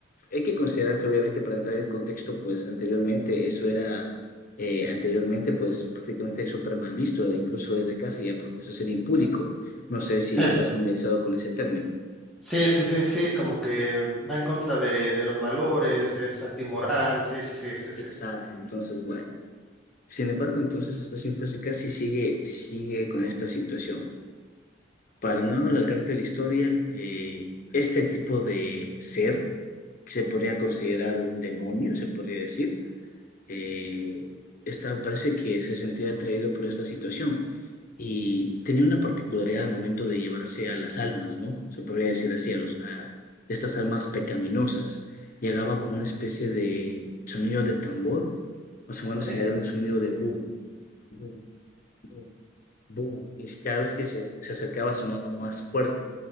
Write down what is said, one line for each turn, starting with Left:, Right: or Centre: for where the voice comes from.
Left: Hay que considerar que obviamente para entrar en contexto, pues anteriormente eso era, eh, anteriormente pues prácticamente súper mal visto, e incluso desde casa ya, porque eso sería impúdico. No sé si
Centre: <laughs>
Left: estás familiarizado con ese término.
Centre: Sí, sí, sí, sí, sí, como que va en contra de, de los valores, es antimoral, sí, sí, sí, sí, sí.
Left: Exacto, entonces bueno. Sin embargo, entonces esta señora se casa y sigue, sigue con esta situación. Para no alargarte la historia, eh, este tipo de ser, que se podría considerar un demonio, se podría decir, eh, esta, parece que se sentía atraído por esta situación y tenía una particularidad al momento de llevarse a las almas, ¿no? Se podría decir así, a, los, a estas almas pecaminosas. Llegaba con una especie de sonido de tambor, más
Centre: Ok,
Left: o menos era un sonido de boom, boom, boom, boom, y cada vez que se se acercaba sonaba más fuerte.